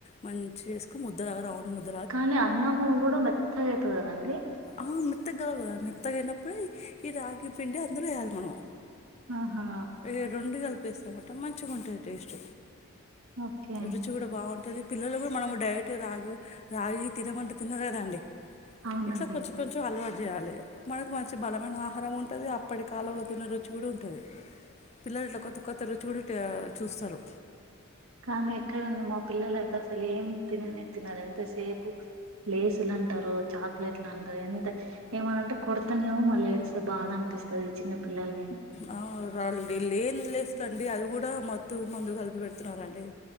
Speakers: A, on the left; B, on the right.
A: మంచి చేసుకో ముద్దలాగా రౌండ్ ముద్ద
B: కానీ అన్నము కూడా మెత్తగా అయితుంది కదండీ
A: ఆ మెత్తగా కావాల కదా మెత్తగా అయినప్పుడే ఈ రాగి పిండి అందులో వేయాలి మనం
B: ఆహా
A: ఇ రెండు కలిపేస్తామంట మంచిగా ఉంటుంది టేస్ట్
B: ఓకే
A: రుచి కూడా బాగుంటుంది పిల్లలు కూడా మనం డైరెక్ట్ రాగి రాగి తినమంటే తిన కదా అండి
B: అవునండి
A: ఇట్లా కొంచెం కొంచెం అలవాటు చేయాలి మనకు మంచి బలమైన ఆహారం ఉంటుంది అప్పటి కాలంలో తిన్న రుచి కూడా ఉంటుంది పిల్లలలు ఇట్లా కొత్త కొత్త రుచి కూడా టె చూస్తారు
B: కానీ ఎక్కడ అండి మా పిల్లల అయితే అసలు ఏం తిననే తినరు ఎంతసేపు లేసులు అంటారు చాక్లెట్లు అంటారు ఎంత ఏమనింటే కొడతనేమో మళ్ళీ ఏడిస్తే బాధ అనిపిస్తుంది ఈ చిన్న పిల్లల్ని
A: ఆ రాలండి ఏం లేస్లుండి అది కూడా మత్తు మందు కలిపి పెడుతున్నారండి